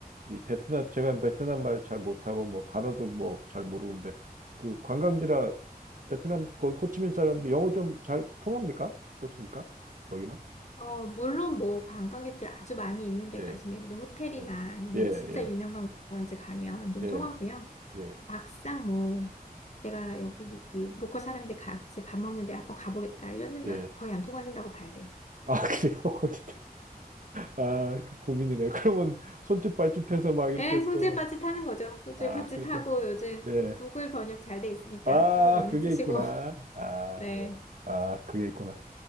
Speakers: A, on the right; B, on the left.
A: 이 베트남, 제가 베트남 말 잘 못하고, 뭐, 단어도 뭐, 잘 모르는데, 그 관광지라 베트남, 거기 호치민 사람들 영어 좀 잘 통합니까? 어떻습니까? 거기는?
B: 어, 물론 뭐 관광객들 아주 많이 있는데
A: 예,
B: 가시면 예를 들어 호텔이나
A: 예,
B: 아니면
A: 예, 예,
B: 진짜 유명 관광지 가면 좀
A: 예,
B: 통하고요.
A: 예,
B: 막상 뭐 내가 여기 로컬 사람들 같이 밥 먹는데 한번 가보겠다 이런 데는
A: 예.
B: 거의 안 통하신다고 봐야 돼요.
A: 아, 그래요? <laughs> 거기. 아, 그 고민이네. 그러면 손짓 발짓해서 막 이렇게
B: 예, 손짓발짓
A: 또,
B: 하는 거죠. 손짓발짓
A: 아, 그래서,
B: 하고 요즘
A: 예.
B: 구글 번역 잘 돼 있으니까
A: 아,
B: 구글 번역
A: 그게
B: 쓰시고
A: 있구나.
B: <laughs>
A: 아,
B: 네.
A: 예. 아, 그게 있구나.